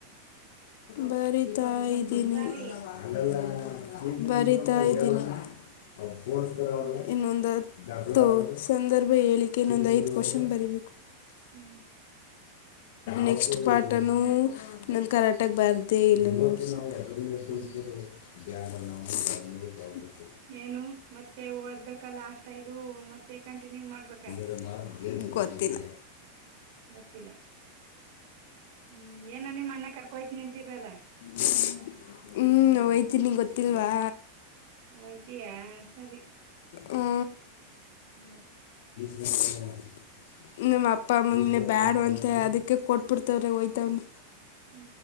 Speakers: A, on the left; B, on the right.
A: ಬರಿತಾ ಇದೀನಿ.
B: ಮುಂದ್ ಬಾರಿ
A: ಅದಲ್ಲಾ ಬರಿತಾ ಇದ್ದೀನಿ ಅವರ ಫೋನ್ ಹಚ್ಚತಾರ
B: ಹ್ಮ್
A: ಅವಾಗ ಇನ್ನೊಂದ. ದಾಖಲಾ ತ್ತೋ ಸಂದರ್ಭ ಹೇಳಕ್ಕೆ ಇನ್ನೊಂದ್ ಐದ ಕ್ವಶನ್ ಬರಿಬೇಕು.
B: ಹು
A: ನೆಕ್ಸ್ಟ್ ಪಾಠನೂ ನನ್ನ ಕರೆಕ್ಟಾಗಿ ಬಾರ್ದೇ ಇಲ್ಲ ನೋಡ್ಸ. ಅವ್ವನೆಲ್ಲಿ ಕುಳಸ್ತಿ
B: ಹ್ಮ್
A: ಬ್ಯಾಡ ನಾವು ತೊಬೇಕು.
B: ಏನು ಮತ್ತೆ ಓದ್ಬೇಕ ಲಾಸ್ಟ್ ಯಿದು ಮತ್ತೆ ಕಂಟಿನ್ಯೂ ಮಾಡ್ಬೇಕಾ.
A: ಇದನ್ನ ಮಾಡ. ಗೊತ್ತಿಲ್ಲಾ.
B: ಗೊತ್ತಲ್ಲಾ. ಹು ಏನ ನಿಮ್ಮ ಅಣ್ಣ ಕರ್ಕೋಹೊಯತಿನಿ ಅಂತಿರಲ್ಲ.
A: ಜಿಯ್ ಹು ನಾ ಹೋಯ್ತಿನಿ ಗೊತ್ತಿಲ್ವಾ.
B: ಹೋಯ್ತೀಯಾ ಸರಿ
A: ಹು
B: ಹ್ಮ್
A: ತಿಸ್ ಹೀಯ್. ನಮ್ಮ ಅಪ್ಪ ಅಮ್ಮಾನೆ ಬ್ಯಾಡ ಅಂತ ಅದಕ್ಕೆ ಕೊಟ್ಬಿಡ್ತವ್ರೆ ಹೋಯ್ತವನಿ.
B: ಹು